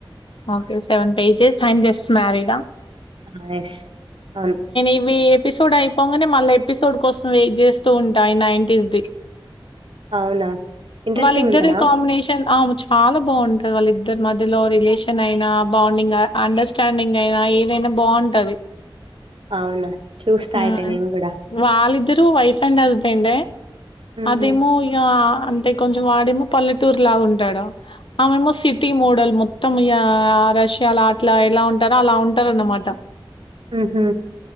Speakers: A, on the left (about 70°); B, on the right (about 75°).
A: okay seven pages and just married
B: ఆ ఎస్ అవును
A: ఇవి ఎపిసోడ్ అయిపోగానే మళ్ళీ ఎపిసోడ్ కోసం వెయిట్ చేస్తూ ఉంటాయి నైంటీనిది
B: అవునా? ఇంట్రెస్టింగ్
A: వాళ్ళిద్దరి
B: ఉంటదా?
A: కాంబినేషన్ అమె చాలా బాగుంటది వాళ్ళిద్దరు ఇద్దరి మాద్యలో రీలేష్ అయిన బాండింగ్ అండర్స్టాండింగ్ అయినా ఏదైనా బాంటది
B: అవునా? చూస్తా
A: హ్మ్
B: అయితే నేను గూడా.
A: వాళ్ళిద్దరు వైఫ్ అండ్ హస్బెండే
B: హ్మ్.
A: అదేమో ఇగా అంటే కొంచెం వాడేమో పల్లెటూరు లాగా ఉంటాడు ఆమెమో సిటీ మోడల్ మొ త్తం ఇగ రష్యాలో అట్లా ఎలా ఉంటారో అలా ఉంటారనమాట
B: హ్మ్ హు